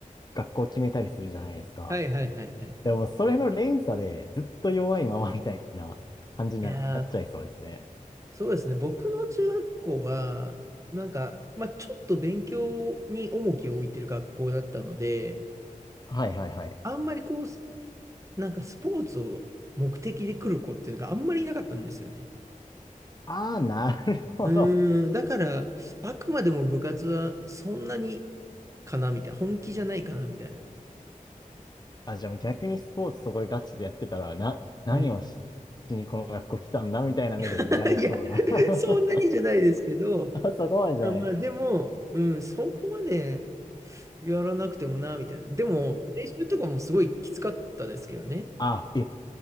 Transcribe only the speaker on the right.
はいはいはいはい。
いやー、そうですね。僕の中学校は、なんか、まあ、ちょっと勉強に重きを置いてる学校だったので、
あんまりこう、すなんかスポーツを目的で来る子っていうのがあんまりいなかったんですよね。
うーん、だから、あくまでも部活はそんなにかなみたいな、本気じゃないかなみたいな。
うん。
<laughs> いや、
そんなにじゃないですけど、
あ、まあでも、うん、そこまでやらなくてもな、みたいな。でも、練習とかもすごいきつかったですけどね。